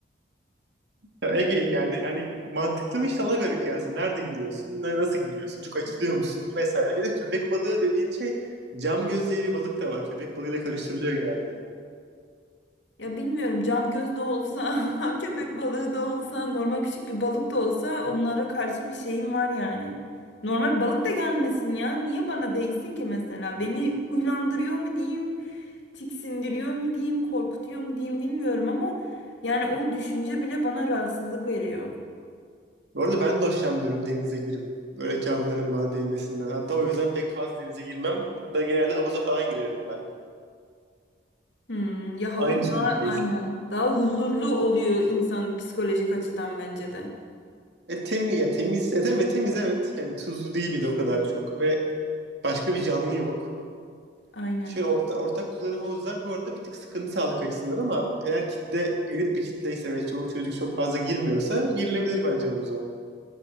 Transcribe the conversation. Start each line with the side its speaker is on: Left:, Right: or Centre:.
Right: Ya Ege yani yani mantıklı mı işte ona göre kıyasla. Nerede giriyorsun? ne- Nasıl giriyorsun? Çok açılıyor
Left: <laughs>
Right: musun?
Left: Hı.
Right: Vesaire. Bir de köpek balığı dediğin şey cam göz diye bir balık da var. Köpek balığıyla karıştırılıyor genelde.
Left: Ya bilmiyorum cam göz de olsa, <laughs> köpek balığı da olsa, normal küçük bir balık da olsa onlara karşı bir şeyim var yani. Normal balık da gelmesin ya. Niye bana değsin ki mesela? Beni huylandırıyor mu diyeyim? tiksindiriyor mu diyeyim, korkutuyor mu diyeyim bilmiyorum ama yani o düşünce bile bana rahatsızlık veriyor.
Right: Bu arada ben de hoşlanmıyorum denize girip böyle canlıların bana değmesinden. Hatta o yüzden pek fazla denize girmem. Ben genelde havuza falan girerim ben.
Left: Hmm, ya havuz
Right: Aynı düşüncedeyiz.
Left: daha aynen daha huzurlu oluyor insan psikolojik açıdan bence de.
Right: E temiz ya temiz. E temiz, temiz evet. Yani tuzlu değil bir de o kadar çok ve başka bir canlı yok.
Left: Aynen.
Right: Şey orta, ortak kullanım havuzlar bu arada bir tık sıkıntı sağlık açısından ama eğer kitle elit bir kitleyse ve çoluk çocuk çok fazla girmiyorsa girilebilir bence havuza.